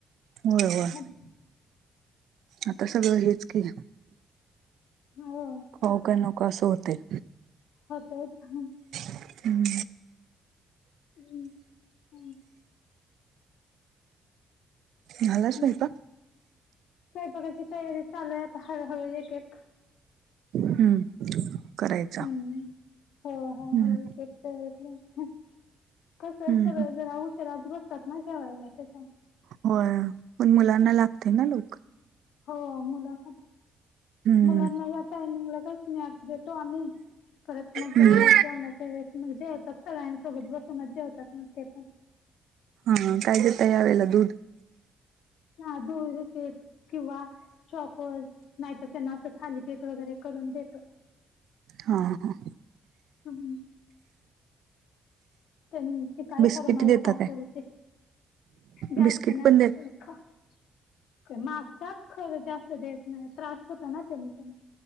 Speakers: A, on the right (about 80°); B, on the left (about 80°).
A: होय होय
B: <unintelligible>
A: आता सगळं हेच केल.
B: हो.
A: खाऊ का नको असं होतय.
B: होतय हा.
A: हम्म.
B: <unintelligible>
A: झाला स्वयंपाक?
B: आणि, स्वयंपाकाची तयारी चालू आहे आता हळूहळू एक एक
A: हम्म. करायचा.
B: हम्म हो हो
A: हम्म
B: तेच <unintelligible> कस
A: हम्म
B: असत जरा उशराच बसतात ना जेवायला ते
A: होय पण मुलांना लागते ना लवकर
B: हो मुल खातात
A: हम्म
B: मुलांना या टायमिंगला काही स्नॅक्स बिक्स तो आम्ही परत मग
A: हम्म
B: अह जेवणाच्या वेळेस मग जेवतात सगळ्यांसोबत बसूनच जेवतात ना ते पण
A: हा काय देताय यावेळेला दूध
B: हा दूध बिस्किट किंवा चॉकोज नाही तर त्यांना असं थालीपीठ वगैरे करून देतो.
A: हा हा.
B: हम्म. त्यांची काही
A: बिस्किट
B: फरमाइश
A: देता
B: असेल
A: काय?
B: ते, जास्त
A: बिस्किट
B: नाय
A: पण देत
B: <unintelligible> <unintelligible> मागतात खरं जास्त देत नाही त्रास होतो ना त्यांनी त्यांना